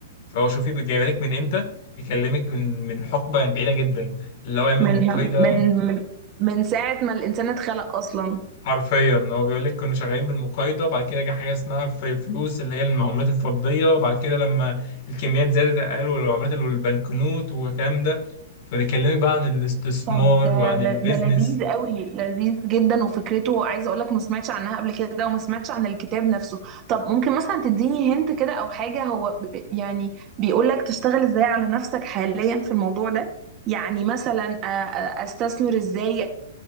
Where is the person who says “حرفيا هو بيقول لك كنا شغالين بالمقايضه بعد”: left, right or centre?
Left